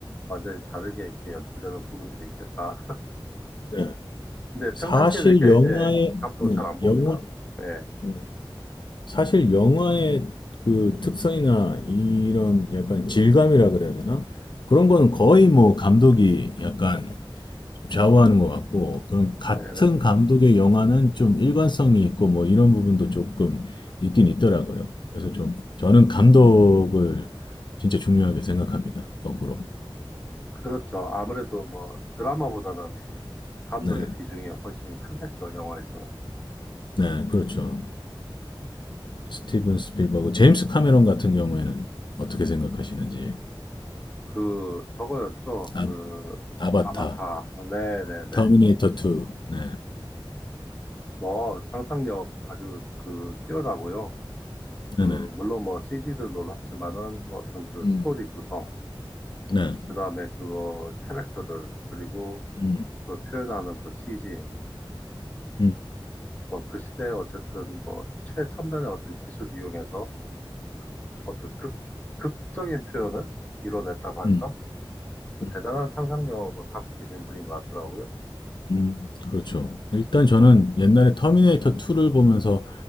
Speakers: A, on the left; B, on the left.
A: 완전히 다르게 이렇게 연출되는 부분들이 있겠다.
B: 네.
A: 근데
B: 사실
A: 평상시에는 이렇게
B: 영화의
A: 예, 감독
B: 네,
A: 잘 안 봅니다.
B: 영화
A: 예,
B: 음. 사실 영화의 그 특성이나 이런 약간 질감이라 그래야 되나? 그런 거는 거의 뭐 감독이 약간 좀 좌우하는 것 같고, 그런 같은
A: 네, 네.
B: 감독의 영화는 좀 일관성이 있고 뭐 이런 부분도 조금 있긴 있더라고요. 그래서 좀 저는 감독을 진짜 중요하게 생각합니다. 거꾸로.
A: 그렇죠. 아무래도 뭐 드라마보다는 감독의
B: 네,
A: 비중이 훨씬 크겠죠 영화에서는.
B: 네, 그렇죠. 스티븐 스필버그, 제임스 카메론 같은 경우에는 어떻게 생각하시는지.
A: 그 저거였죠.
B: 아,
A: 그
B: 아바타,
A: 아바타. 네, 네, 네.
B: 터미네이터 2. 네,
A: 뭐 상상력 아주 그 뛰어나고요. 그
B: 네네.
A: 물론 뭐 CG도 놀랍지만은 어떤 그
B: 음,
A: 스토리 구성
B: 네.
A: 그다음에 그거 캐릭터들 그리고
B: 음,
A: 그 표현하는 그 CG
B: 음,
A: 뭐 그 시대에 어쨌든 뭐 최첨단의 어떤 기술을 이용해서 그 어떤 극 극적인 표현을 이뤄냈다고 할까?
B: 음,
A: 그
B: 음,
A: 대단한 상상력을 갖고 계신 분인 것 같더라고요.
B: 음, 그렇죠. 일단 저는 옛날에 터미네이터 2를 보면서,